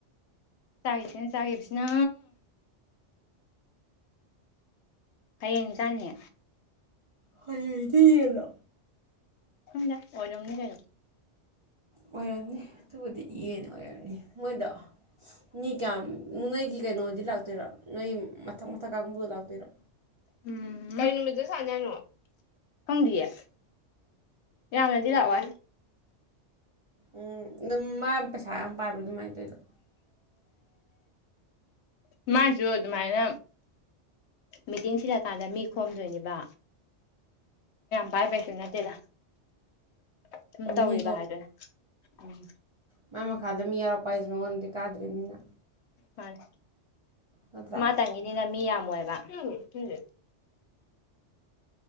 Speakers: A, on the left (about 70°); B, on the right (about 45°).
A: ꯆꯒꯦꯁꯤꯦꯅ ꯆꯦꯁꯤꯅ ꯍꯌꯦꯡ ꯏ ꯆꯥꯡꯅꯤ
B: ꯍꯌꯦ ꯏꯗꯤ ꯌꯦꯂ
A: ꯁꯖ ꯑꯣꯖꯝꯅꯤ ꯀꯩꯅꯩꯅꯣ
B: ꯑꯣꯏꯔꯝꯅꯤ ꯑꯗꯨꯕꯨꯗꯤ ꯌꯦꯅꯨ ꯑꯣꯏꯅꯤ ꯃꯣꯏꯗ ꯃꯤ ꯀꯥꯝ ꯎꯟꯅ ꯀ ꯀꯩꯅꯣꯗꯤ ꯂꯥꯛꯇꯣꯏꯔꯣ ꯅꯣꯏꯒꯤ ꯃꯊꯛ ꯃꯊꯛ ꯀꯥꯡꯕꯨꯗꯣ ꯂꯥꯛꯇꯣꯏꯔꯣ
A: ꯎꯝ ꯀ ꯅꯨꯃꯤꯠꯇ ꯁꯥꯅꯤꯅꯣ ꯈꯪꯗꯤꯌꯦ ꯌꯥꯝꯅꯗꯤ ꯂꯥꯛꯑꯣꯏ
B: ꯎꯝ ꯑꯗꯨꯝ ꯃꯥ ꯄꯩꯁꯥ ꯌꯥꯝ ꯄꯥꯕ ꯑꯗꯨꯃꯥꯏꯅ ꯇꯧꯗꯣ
A: ꯃꯥꯁꯨ ꯑꯗꯨꯃꯥꯏꯅ ꯃꯤꯇꯤꯡ ꯁꯤꯜꯂꯛꯀꯥꯟꯗ ꯃꯤ ꯈꯣꯝꯗꯣꯏꯅꯦꯕ ꯄꯥꯏ ꯄꯁ ꯅꯠꯇꯦꯗ ꯁꯨꯝ ꯇꯧꯔꯤꯕ
B: ꯃꯤ
A: ꯍꯥꯏꯗꯅ ꯎꯝ
B: ꯃꯥꯥꯏ ꯃꯈꯥꯗ ꯃꯤ ꯌꯥꯎꯔꯛꯄ ꯍꯥꯏꯁꯦ ꯃꯉꯣꯟꯗꯗꯤ ꯀꯥꯗ꯭ꯔꯤꯕꯅꯤꯅ
A: ꯍꯣꯏ
B: ꯅꯠꯇ꯭ꯔꯥ
A: ꯃꯥ ꯇꯒꯤꯅꯤꯅ ꯃꯤ ꯌꯥꯝꯃꯣꯏꯕ ꯎꯝ ꯏꯂ